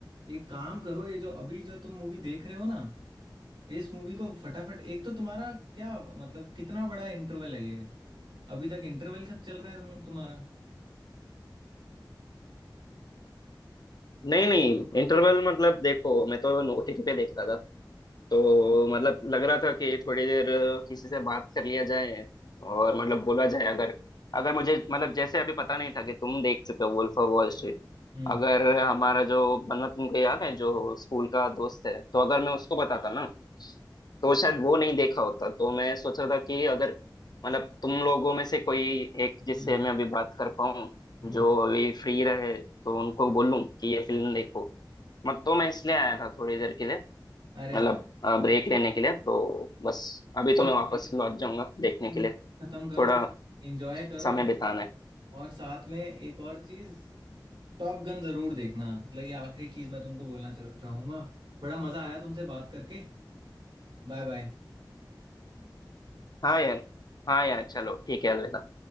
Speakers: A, on the right; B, on the left.
A: एक काम करो ये जो अभी जो तुम मूवी देख रहे हो ना इस मूवी को फटाफट एक तो तुम्हारा क्या मतलब कितना बड़ा इंटरवल है ये अभी तक इंटरवल खत चल रहा है तुम तुम्हारा
B: नहीं नहीं इंटरवल मतलब देखो मैं तो ओटीटी पे देख रहा था तो मतलब लग रहा था कि थोड़ी देर किसी से बात कर लिया जाए और मतलब बोला जाए अगर अगर मुझे मतलब जैसे अभी पता नहीं था कि तुम देख चुके हो वुल्फ ऑफ वॉल स्ट्रीट
A: हम्म
B: अगर हमारा जो मतलब तुमको याद है जो स्कूल का दोस्त है तो अगर मैं उसको बताता ना तो शायद वो नहीं देखा होता तो मैं सोच रहा था कि अगर मतलब तुम लोगों में से कोई एक जिससे
A: हम्म
B: मैं अभी बात कर पाऊँ
A: हम्म।
B: जो अभी फ्री रहे तो उनको बोलूँ कि ये फिल्म देखो मत तो मैं इसलिए आया था थोड़ी देर के लिए
A: अरे
B: मतलब
A: वाह
B: ब्रेक लेने के लिए तो बस अभी
A: चलो
B: तो मैं वापस
A: भाई
B: लौट जाऊंगा देखने के
A: movie
B: लिए
A: खत्म करो
B: थोड़ा
A: एंजॉय करो
B: समय बिताना है
A: और साथ में एक और चीज टॉप गन जरूर देखना मतलब ये आखिरी चीज मैं तुमको बोलना चलो चाहूंगा बड़ा मजा आया तुमसे बात करके Bye bye
B: हाँ यार हाँ यार चलो ठीक है अलविदा